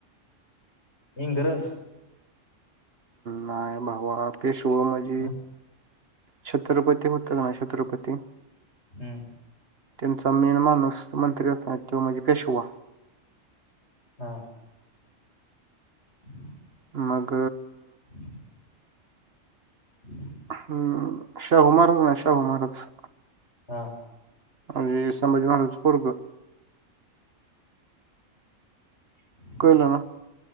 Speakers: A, on the left (about 55°); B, on the right (about 50°).
A: इंग्रज
B: नाय भावा पेशव म्हजे
A: <inaudible>
B: छत्रपती होत ना छत्रपती
A: हूं
B: त्यांचा मेन माणूस मंत्री <inaudible> तो म्हणजे पेशवा.
A: हा <inaudible>
B: मग
A: <inaudible> <inaudible>
B: हम्म शाहू महाराज हाय ना शाहू महाराज
A: हा
B: म्हणजे संभाजी महाराजांचं पोरग
A: <inaudible>
B: कळलं ना